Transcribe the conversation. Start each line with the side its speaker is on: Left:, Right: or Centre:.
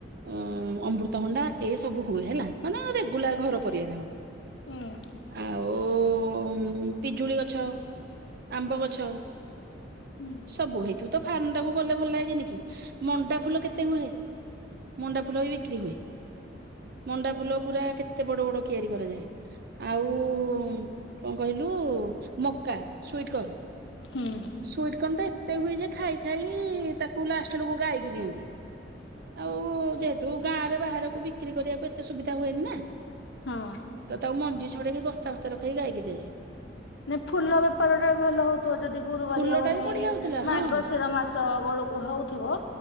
Right: ଅଁ ଅମୃତଭଣ୍ଡା ଏସବୁ ହୁଏ ହେଲା ମାନେ ଆଉ ରେଗୁଲାର ଘର ପରିବାର ହେଉ।
Left: ଉଁ।
Right: ଆଉ ଉଁ ପିଜୁଳି ଗଛ ଆମ୍ବ ଗଛ
Left: ହୁଁ
Right: ସବୁ ହେଇଥିବ ତ ଫାର୍ମଟାକୁ ଗଲେ ଭଲ ଲାଗେନି କି ମଣ୍ଡା ଫୁଲ କେତେ ହୁଏ। ମଣ୍ଡା ଫୁଲ ବି ବିକ୍ରି ହୁଏ। ମଣ୍ଡା ଫୁଲ ପୁରା କେତେ ବଡ ବଡ କିଆରି କରାଯାଏ ଆଉ ଉଁ କଣ କହିଲୁ ମକା ସୁଇଟ୍ କର୍ନ
Left: ହୁଁ।
Right: ସୁଇଟ୍ କନ୍ ତ ଏତେ ହୁଏ ଯେ ଖାଇ ଖାଇ ତାକୁ ଲାଷ୍ଟ ଏଳୁକୁ ଗାଇକି ଦିଅନ୍ତି। ଆଉ ଯେହେତୁ ଗାଁରେ ବାହାରକୁ ବିକ୍ରି କରିବାକୁ ଏତେ ସୁବିଧା ହୁଏନି ନା
Left: ହଁ।
Right: ତ ତାକୁ ମଞ୍ଜି ଛଡେଇକି ବସ୍ତା ବସ୍ତା ରଖେଇକି ଗାଇକି ଦିଆଯାଏ।
Left: ନାଇଁ ଫୁଲ ବେପାରଟା ବି ଭଲ ହୋଉଥୁବ ଯଦି ଗୁରୁବାରିଆ
Right: ଫୁଲ
Left: ମାନେ
Right: ଟା ବି
Left: ଏଇ
Right: ବଢିଆ ହଉଥିଲା
Left: ମାର୍ଗଶିର
Right: ହଁ
Left: ମାସ ବେଳକୁ ହୋଉଥୁବ